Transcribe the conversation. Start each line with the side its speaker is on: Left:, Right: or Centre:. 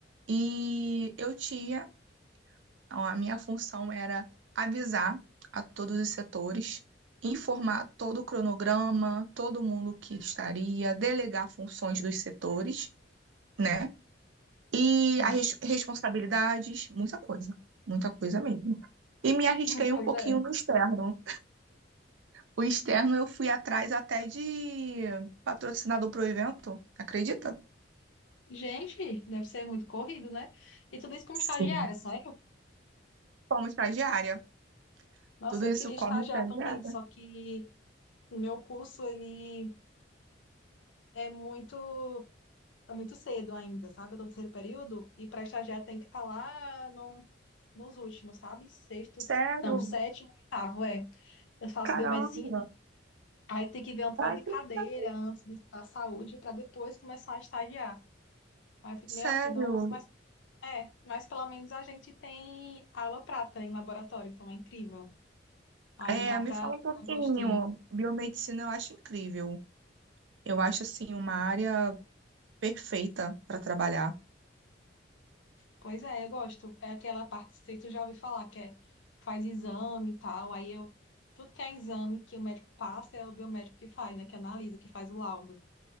Right: e eu tinha Então, A minha função era avisar a todos os setores, informar todo o cronograma, todo mundo que estaria, delegar funções dos setores, né? E
Left: Nossa.
Right: as responsabilidades, muita coisa, muita coisa mesmo. E me arrisquei
Left: <laughs> Pois
Right: um pouquinho
Left: é.
Right: no externo. O externo eu fui atrás até de patrocinador pro evento, acredita?
Left: Gente, deve ser muito corrido, né? E tudo isso como estagiária,
Right: Sim.
Left: sério?
Right: Como estagiária.
Left: Nossa,
Right: Tudo
Left: eu
Right: isso
Left: queria
Right: como
Left: estagiar
Right: estagiária.
Left: também, só que O meu curso, ele é muito, é muito cedo ainda, sabe? Eu tô no terceiro período e para estagiar tem que estar lá no, nos últimos, sabe? Sextos,
Right: Sério,
Left: não, sétimo, oitavo, é. Eu faço
Right: caramba,
Left: biomedicina, aí tem que ver um bocado
Right: vai
Left: de
Right: pensar
Left: cadeira antes de estudar saúde para depois começar a estagiar. Aí eu fico meio
Right: Sério,
Left: assim, nossa, mas é, mas pelo menos a gente tem aula prática em laboratório, então é incrível. Aí
Right: é,
Left: dá para
Right: me fala um pouquinho.
Left: dar um gostinho.
Right: Biomedicina eu acho incrível. Eu acho assim uma área perfeita para trabalhar.
Left: Pois é, eu gosto. É aquela parte, não sei se tu já ouviu falar, que é faz exame e tal. Aí eu, tudo que é exame que o médico passa é o biomédico que faz, né? Que analisa, que faz o laudo.